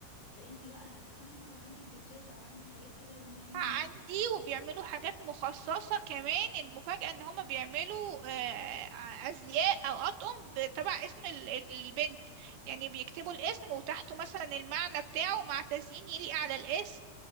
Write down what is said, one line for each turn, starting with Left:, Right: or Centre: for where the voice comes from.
Left: فانت بقى اكيد انت عندك بيتزات او عندك حاجات كده بما ان
Right: عندي وبيعملوا حاجات مخصصة كمان المفاجأة ان هما بيعملوا آه، ازياء او اطقم ب- تبع اسم ال- البنت يعني بيكتبوا الاسم وتحته مثلا المعنى بتاعه مع تزيين يليق على الاسم